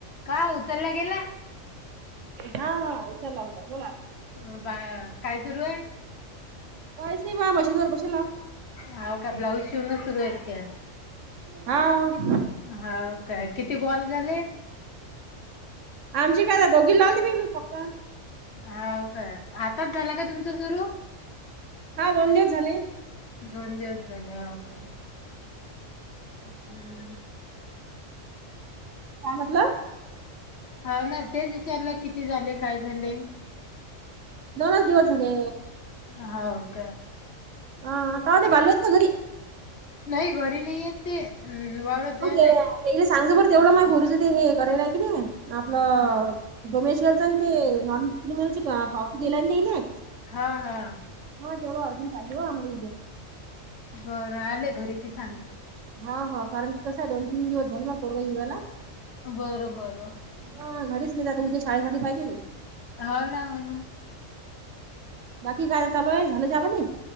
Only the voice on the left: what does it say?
का उचलला गेला?
हो बा काय सुरू ए?
हाव का? ब्लाऊज शिवण सुरू आहे का काय?
हाव काय? किती कॉल झाले?
हाव काय? आताच झाला का तुमचं सुरू?
दोन दिवस झाले. होय काय? <unintelligible>
हाव ना? तेच विचारलं किती झाले? काय झाले?
हाव का?
नाही घरी नाही येत ते. अ वावरात
जायेल ए.
हा
हा हा
बरं. आले घरी की सांगेलं.
बरं बरं.
हो ना, हो ना.